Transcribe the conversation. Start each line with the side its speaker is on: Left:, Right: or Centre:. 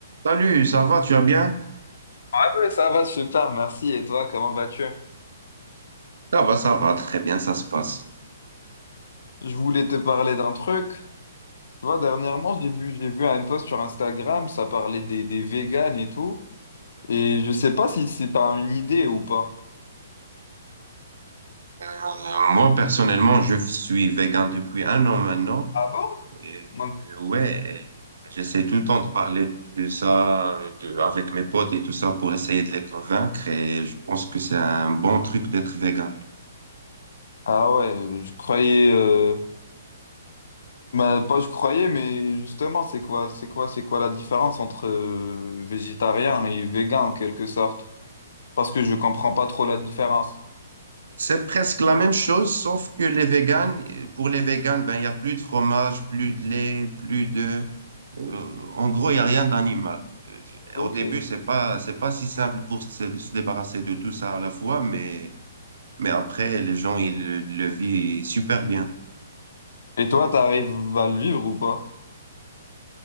Right: Salut, ça va, tu vas bien?
Left: Ouais, ouais, ça va super, merci. Et toi, comment vas-tu?
Right: Ça va, ça va, très bien, ça se passe.
Left: Je voulais te parler d'un truc. Tu vois, dernièrement, j'ai vu, j'ai vu un post sur Instagram, ça parlait des, des véganes et tout. Et je sais pas si, si t'as une idée ou pas.
Right: Euh, moi, personnellement, je suis vegan depuis un an maintenant.
Left: Ah bon?
Right: Et,
Left: Non.
Right: euh, ouais, j'essaie tout le temps de parler de ça de- avec mes potes et tout ça pour essayer de les convaincre et je pense que c'est un bon truc d'être vegan.
Left: Ah ouais, je croyais, euh, bah, pas je croyais, mais justement, c'est quoi, c'est quoi, c'est quoi la différence entre euh, végétarien et végan en quelque sorte? Parce que je comprends pas trop la différence.
Right: C'est presque la même chose, sauf que les véganes, pour les véganes, ben, il n'y a plus de fromage, plus de lait, plus de... euh, en gros, il n'y a rien d'animal. Euh,
Left: Ok.
Right: Au début,
Left: Et
Right: c'est pas, c'est pas si simple pour se, se débarrasser de tout ça à la fois, mais, mais après, les gens, ils le, le vivent super bien.
Left: toi, t'arrives à le vivre ou pas?